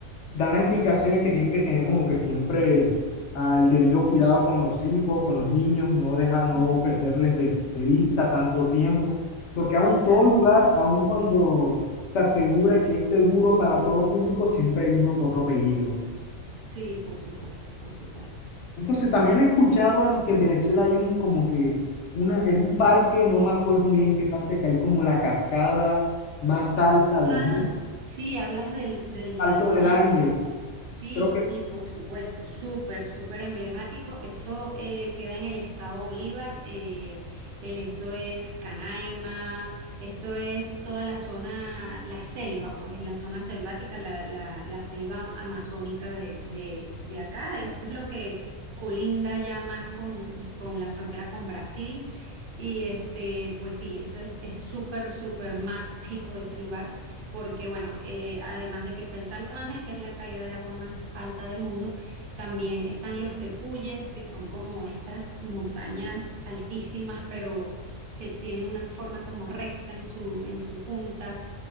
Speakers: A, on the left; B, on the right.
A: Da las indicaciones que tienen que tener como que siempre ah, el debido cuidado con los hijos, con los niños, no deja, no
B: Ujú,
A: perderles de, de vista tanto tiempo, porque aún
B: Claro.
A: todo lugar, aun cuando se asegura que es seguro para todo público, siempre hay uno que otro peligro.
B: Sí, por supuesto, por supuesto.
A: Entonces también
B: Ay,
A: he escuchado en, que en Venezuela hay un como que una, en un parque, no me acuerdo muy bien qué parte, que hay como la cascada más alta
B: Ah,
A: del mundo,
B: sí, hablas del, del Salto
A: Alto del
B: Ángel.
A: Ángel.
B: Sí,
A: Creo que
B: sí, por supuesto, súper, súper emblemático. Eso eh, queda en el estado Bolívar. eh, esto es Canaima, esto es toda la zona, la selva, pues la zona selvática, la, la- la selva amazónica de, de- de acá. Esto es lo que colinda ya más con, con la frontera con Brasil. Y este, pues sí, eso es es súper, súper mágico ese lugar porque bueno, eh, además de que está el Salto Ángel, que es la caída de agua más alta del mundo, también están los tepuyes, que son como estas montañas altísimas, pero que tienen una forma como recta en su, en su punta